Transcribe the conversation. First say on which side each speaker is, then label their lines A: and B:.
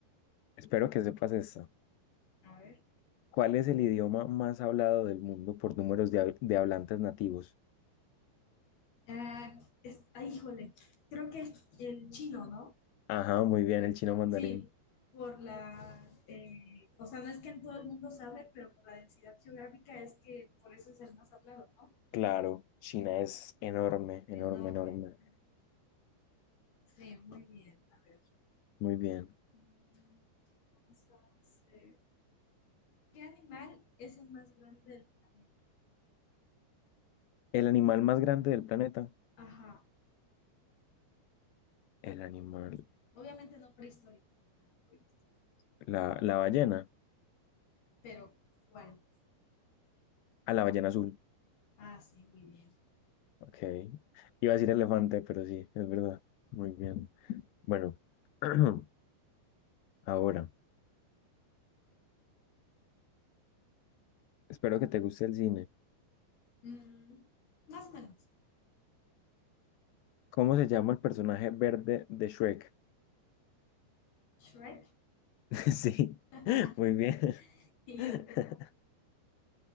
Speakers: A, on the left; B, on the left.
A: espero que sepas esto.
B: A ver.
A: ¿Cuál es el idioma más hablado del mundo por números de, hab- de hablantes nativos?
B: Ah, es, ah, híjole, creo que es el chino, ¿no?
A: Ajá, muy bien, el chino mandarín.
B: Sí, por la, eh, o sea, no es que en todo el mundo se hable, pero por la densidad geográfica es que por eso es el más hablado, ¿no?
A: Claro, China es enorme, enorme,
B: Enorme.
A: enorme.
B: Ujú. Sí, muy bien. A ver.
A: Muy bien.
B: Mm, Vamos a hacer. ¿Qué animal es el más grande del planeta?
A: ¿El animal más grande del planeta?
B: Ajá.
A: El animal,
B: Obviamente no prehistórico ni nada por el estilo, sino
A: la,
B: el actual.
A: la ballena.
B: Pero, ¿cuál?
A: a la ballena azul.
B: Ah, sí, muy bien.
A: Ok. Iba a decir elefante, pero sí, es verdad. Muy bien. Bueno, <clears throat> ahora, espero que te guste el cine.
B: Mm, más o menos.
A: ¿Cómo se llama el personaje verde de Shrek?
B: Shrek
A: <laughs> Sí,
B: <laughs>
A: muy bien.
B: y
A: <laughs>
B: yo burro.